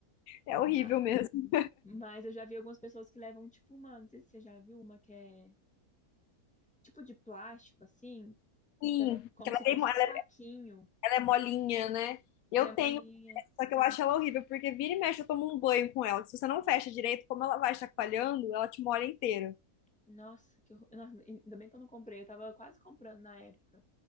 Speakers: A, on the left; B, in the centre.
A: É horrível
B: Ma-
A: mesmo.
B: Mas, eu já vi algumas pessoas que levam, tipo, uma, não sei se você já viu uma que é tipo de plástico, assim,
A: Sim,
B: que ela é como
A: porque ela
B: se fosse
A: é, bem mo- ela
B: um saquinho.
A: é- ela é molinha, né?
B: Ela
A: Eu
B: é molinha.
A: tenho, só que eu acho ela horrível, porque vira e mexe eu tomo um banho com ela. Se você não fecha direito, como ela vai chacoalhando, ela te molha inteira.
B: Nossa, que horror. Nossa, ainda bem que eu não comprei. Eu tava quase comprando na época